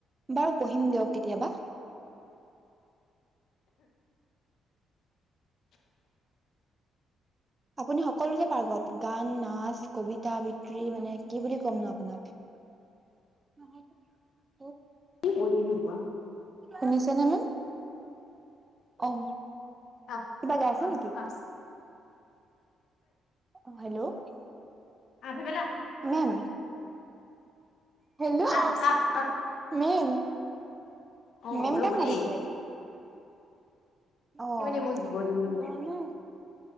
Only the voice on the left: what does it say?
<inaudible>
<inaudible>
কি মই কেনেকুৱা
আ,
আ
আ,
আ।
আহ ভাইবেলা
আহ আহ আহ
অ
ৰ'ব
দেই
এই মানে মোৰ জীৱ জন্তু কেইটা